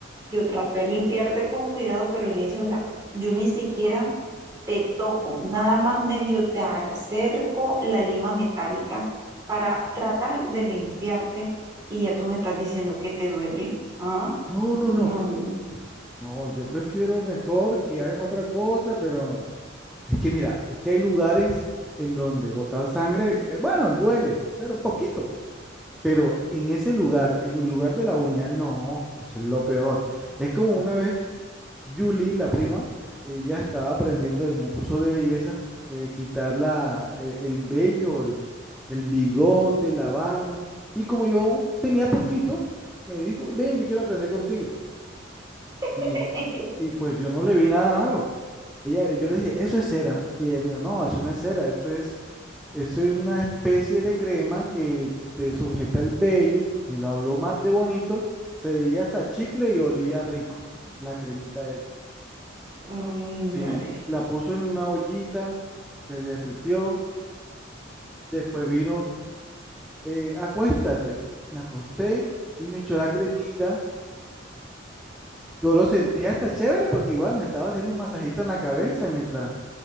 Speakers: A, on the right (about 20°); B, in the centre.
A: Yo trato de limpiarte con cuidado, pero Eliezer, o sea, yo ni siquiera te toco, nada más medio te acerco la lima metálica para tratar de limpiarte y ya tú me estás diciendo que te duele. ¿Ah?
B: No, no,
A: No.
B: no. No, yo prefiero mejor que hagas otra cosa, pero es que mira, es que hay lugares en donde botar sangre, eh, bueno, duele, pero poquito. Pero en ese lugar, en el lugar de la uña, no, eso es lo peor. Es como una vez Julie, la prima, ella estaba aprendiendo en un curso de belleza, eh, quitar la, eh, el vello, el, el bigote, la barba. Y como yo tenía poquito, me dijo, ven, yo quiero aprender contigo. Y,
A: <laughs>
B: y pues yo no le vi nada malo. Ella, yo le dije, eso es cera. Y ella me dijo, no, eso no es cera, esto es, eso es una especie de crema que te sujeta el vello. Y me lo habló más de bonito, se veía hasta chicle y olía rico, la cremita esa.
A: Mm,
B: Sí,
A: dale.
B: la puso en una ollita, se derritió, después vino, eh, acuéstate. Me acosté y me echó la cremita. Yo lo sentía hasta chévere porque igual me estaba haciendo un masajito en la cabeza mientras